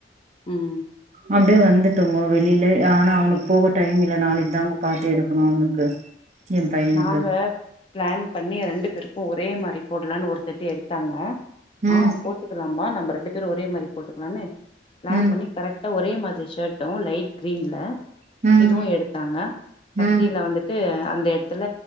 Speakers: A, on the left; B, on the right.
A: ம்
B: அப்படியே வந்துட்டோங்க வெளியில ஆனா அவனுக் போக டைம் இல்ல நாளைக் தாங்க பாத்து எடுக்கணு அவனுக்கு எ பையனுக்கு
A: நாங்க பிளான் பண்ணி ரெண்டு பேருக்கு ஒரே மாரி போடலான் ஒரு செட்டு எடுத்தாங்க
B: ம்
A: ஆ போட்டுக்கலாம்பா நம்ம ரெண்டு பேர் ஒரே மாரி போட்டுக்கலான்னு பிளான்
B: ம்
A: பண்ணி கரெக்டா ஒரே மாதிரி ஷர்ட்டு லைட் க்ரீன்ல
B: ம்
A: இதுவு எடுத்தாங்க கடைசியில
B: ம்
A: வந்துட்டு அந்த எடத்துல